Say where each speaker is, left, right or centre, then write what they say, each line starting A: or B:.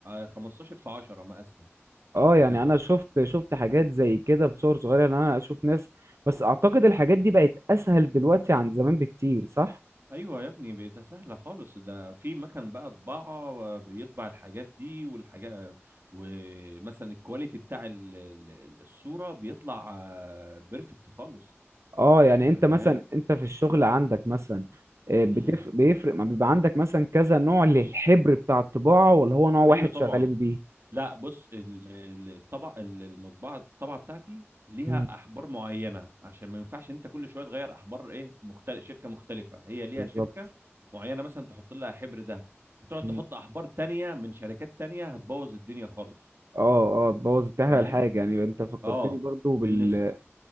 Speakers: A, on the right; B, on the right.
A: 15 في 10 مقاسها
B: اه
A: بتبقى
B: يعني انا شفت شفت حاجات زي كده بصور صغيره ان انا اشوف ناس بس اعتقد الحاجات دي بقت اسهل دلوقتي عن زمان بكتير صح
A: ايوه يا ابني بقت سهله خالص ده في مكان بقى طباعه بيطبع الحاجات دي والحاجات ومثلا الكواليتي بتاع ال- ال- الصوره بيطلع آه، بيرفكت خالص
B: اه يعني
A: انت
B: انت
A: فاهم
B: مثلا انت في الشغل عندك مثلا آه، بتف...
A: امم
B: بيفرق ما بيبقى عندك مثلا كذا نوع للحبر بتاع الطباعه ولا هو نوع واحد
A: ايوه طبعا
B: شغالين بيه
A: لا بص ال- ال- الطبع ال- المطبعه الطبعه بتاعتي ليها
B: مم.
A: احبار معينه عشان ما ينفعش انت كل شويه تغير احبار ايه مختلف شركه مختلفه هي ليها
B: بالظبط
A: شركه معينه مثلا تحط لها حبر ده هتقعد
B: مم.
A: تحط احبار تانية من شركات تانية هتبوظ الدنيا خالص
B: اه اه بوظ تحرق
A: فاهم
B: الحاجه يعني انت فكرتني
A: اه
B: برضو بال...
A: لان الخ...